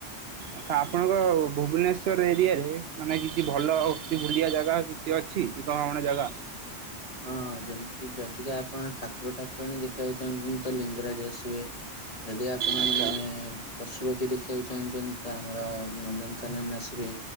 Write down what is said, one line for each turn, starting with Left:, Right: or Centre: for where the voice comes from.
Right: ଆଛା ଆପଣଙ୍କ ଭୁବନେଶ୍ଵର ଏରିଆରେ ମାନେ କିଛି ଭଲ କିଛି ବୁଡିଆ ଜାଗା କିଛି ଅଛି କି କଣ ଜାଗା?
Left: ହଁ ଯେମତି କିି ଯଦିକା ଆପଣ ଠାକୁର ଠାକୁରାଣୀ ଦେଖିବାକୁଚନ୍ତି। ତ ଲିଙ୍ଗରାଜ ଆସିବେ ଯଦି ଆପଣ
Right: ଆଚ୍ଛା
Left: ମାନେ ପଶୁ ପକ୍ଷୀ ଦେଖିଆକୁ ଚାହୁଁଚନ୍ତି ତ ଆମର ନନ୍ଦନକାନନ ଆସିବେ।